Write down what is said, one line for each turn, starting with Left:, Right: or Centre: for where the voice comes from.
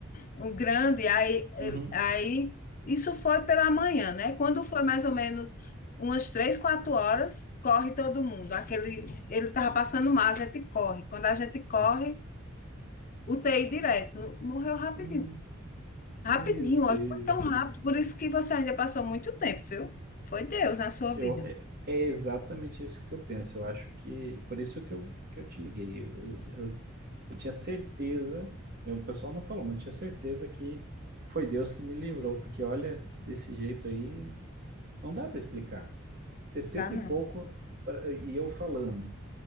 Left: um grande, aí, ele-
Right: Uhum.
Left: aí isso foi pela manhã, né? Quando foi mais ou menos umas três, quatro horas, corre todo mundo. Aquele, ele estava passando mal, a gente corre. Quando a gente corre,
Right: Nossa.
Left: UTI direto, No- morreu rapidinho.
Right: Hum,
Left: Rapidinho,
Right: meu Deus.
Left: olha, foi tão rápido, por isso que você ainda passou muito tempo, viu? Foi Deus na sua
Right: Eu,
Left: vida.
Right: é é exatamente isso que eu penso. Eu acho que. Por isso que eu, que eu te liguei. Eu, eu tinha certeza. eu- o pessoal não falou, mas eu tinha certeza que foi Deus que me livrou. Porque olha, desse jeito aí, não dá para explicar. 60
Left: Dá não.
Right: e pouco pra- e eu falando,